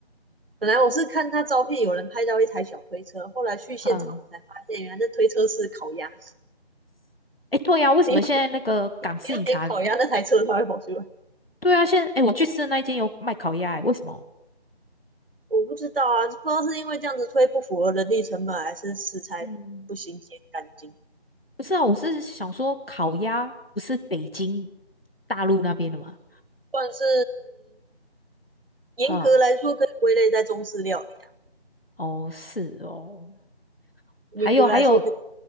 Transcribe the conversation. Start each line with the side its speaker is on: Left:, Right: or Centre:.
Right: 本来我是看他照片有人拍到一台小推车，后来去现场我才发现，
Left: 嗯，
Right: 原来那推车是烤鸭，
Left: 哎，对呀、为什么现在那个港式饮茶？
Right: 没有没有点烤鸭，那台车它会跑出来。
Left: 对啊，现在哎，诶我去吃的那一间有卖烤鸭、诶为什么？
Right: 我不知道啊，不知道是因为这样子推不符合人力成本，还是食材不新鲜干净。
Left: 嗯，不是啊，我是想说烤鸭不是北京大陆那边的吗？
Right: 算是严格来说可以归类在中式料理啊，
Left: 哈、哦，是哦，
Right: 严格来说可以
Left: 还有还有，